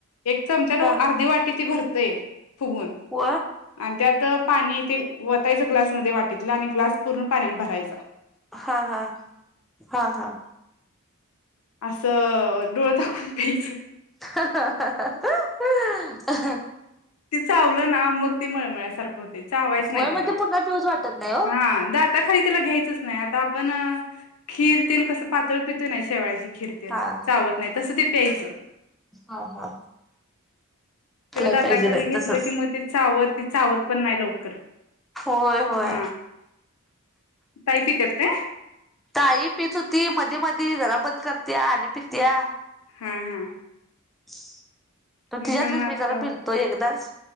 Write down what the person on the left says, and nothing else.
एक चमचा
अर्धी वाटी ते भरते ते- फुगवून
आणि त्यात पाणी ते वतायचं ग्लासमधे वाटीतलं आणि ग्लास पूर्ण पाण्यान भरायच.
असं डोळ दाबुन प्यायचं,
ते चावलं ना मग ते मळमळ्यासारखं होतेय चावायच नाही
त्याला
हा दात आता खाली त्याला घ्यायचंच नाही आता आपण खीर तेल कस पातळ पितो नाही शेवयाची खिर ते
चावत
नाही तसं ते प्यायचं
तेरा
दात
आता खाली
घेतलं
की मग ते चावत ती चावत पण नाही लवकर
ह ताई पित्यात काय.
हु हु
मी पण आता